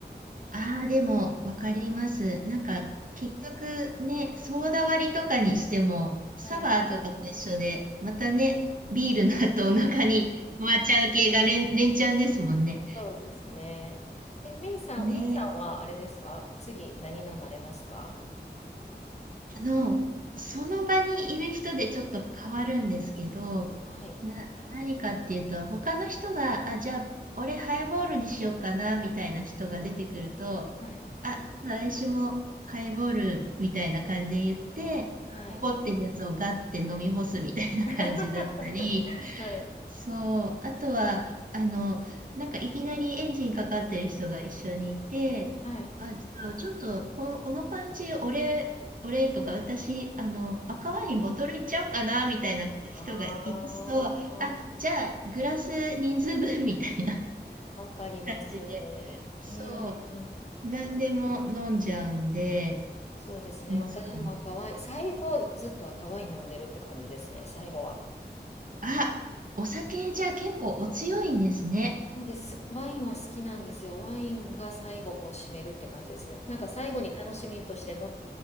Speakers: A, on the right (about 50°); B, on the left (about 40°).
A: ああ、でも、わかります。なんか、
B: うん
A: 結局ね、ソーダ割りとかにしても、サワーとかと一緒で、
B: はい。
A: またね、ビールの後お腹に <laughs> 回っちゃう系が連、連チャンですもんね。
B: そうですね。え、メイさん、
A: ね
B: メイさんはあれですか次、何飲まれますか
A: あの、その場にいる人でちょっと変わるんですけど、
B: はい。
A: な、何かっていうと、他の人が、あ、じゃあ、俺ハイボールにしようかな、みたいな人が出てくると、
B: はい。
A: あ、私もハイボールみたいな感じで言って、
B: うんはい。
A: 残ってるやつをガッて飲み干すみたいな感じだったり、
B: <laughs> はい。
A: そう。あとは、あの、なんかいきなりエンジンかかってる人が一緒にいて、
B: はい。
A: あ、じゃあちょっと、この、この感じ、俺、俺とか、私、あの、赤ワインボトルいっちゃおうかな、みたいな人がいますと、
B: ああ、
A: あ、じゃあ、グラス人数分、みたいな
B: わかります。
A: 感じで、そう、
B: うん。
A: 何でも飲んじゃうんで、
B: そうですね。
A: いつかね。
B: 私も赤ワイン、最後ずっと赤ワイン飲んでるって感じですね。最後は。
A: あ、お酒、じゃあ結構お強いんですね。
B: そうです。ワインは好きなんですよ。ワインが最後こう締めるって感じですね。なんか最後に楽しみとしての